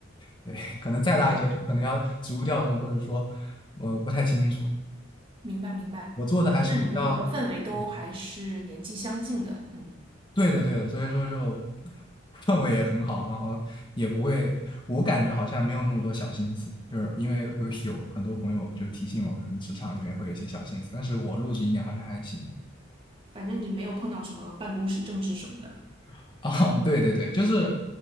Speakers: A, on the left; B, on the right.
A: 对，可能再大一些就可能要职务调动，
B: 哇，
A: 或者说我不太清楚。
B: 明白明白。
A: 我做的还是比较，
B: 那你们整个氛围都还是年纪相近的，
A: 嗯
B: 嗯，
A: 对的对的，所以说就氛围也很好，然后也不会，我感觉好像没有那么多小心思，就是因为我有很多朋友就提醒我，可能职场里面会有一些小心思，但是我入职一年好像还行，
B: 反正你没有碰到什么办公室政治什么的。
A: <laughs> 哦，对对对，就是，